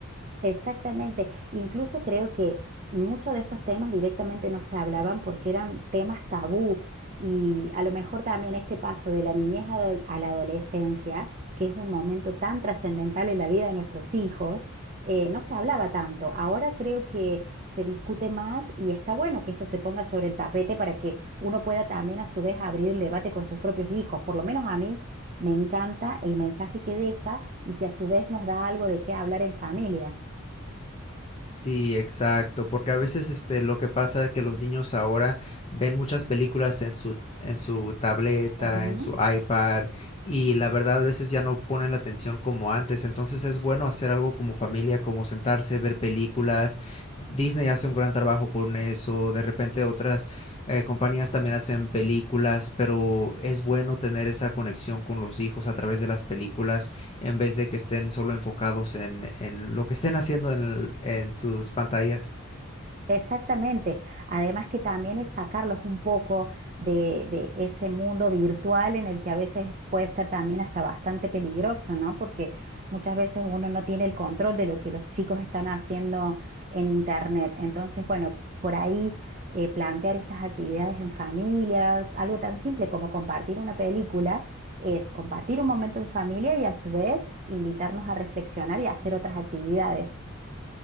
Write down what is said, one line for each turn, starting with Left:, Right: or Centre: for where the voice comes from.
Right: Exactamente. Incluso creo que muchos de estos temas directamente no se hablaban porque eran temas tabú y a lo mejor también este paso de la niñez ado- a la adolescencia, que es un momento tan trascendental en la vida de nuestros hijos, eh, no se hablaba tanto. Ahora creo que se discute más y está bueno que esto se ponga sobre el tapete para que uno pueda también a su vez abrir el debate con sus propios hijos. Por lo menos a mí me encanta el mensaje que deja y que a su vez nos da algo de qué hablar en familia.
Left: Sí, exacto, porque a veces este lo que pasa es que los niños ahora ven muchas películas en su en su tableta,
Right: Ujú,
Left: en su iPad y la verdad a veces ya no ponen la atención como antes, entonces es bueno hacer algo como familia, como sentarse, ver películas. Disney hace un gran trabajo con eso, de repente otras eh, compañías también hacen películas, pero es bueno tener esa conexión con los hijos a través de las películas en vez de que estén solo enfocados en, en lo que estén haciendo en, el- en sus pantallas.
Right: Exactamente. Además que también es sacarlos un poco de, de ese mundo virtual en el que a veces puede ser también hasta bastante peligroso, ¿no? Porque muchas veces uno no tiene el control de lo que los chicos están haciendo en internet. Entonces, bueno, por ahí eh, plantear estas actividades en familia, algo tan simple como compartir una película, es compartir un momento en familia y a su vez invitarnos a reflexionar y a hacer otras actividades.